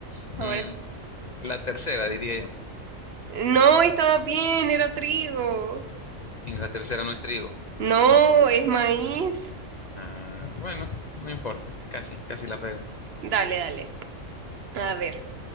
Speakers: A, on the left (about 60°); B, on the right (about 55°).
A: Mm,
B: Ahora,
A: la tercera, diría yo.
B: no, estaba bien, era trigo.
A: Y la tercera no es trigo.
B: No,
A: No.
B: es maíz.
A: Ah, bueno, no importa. Casi, casi la pego.
B: Dale, dale. A ver.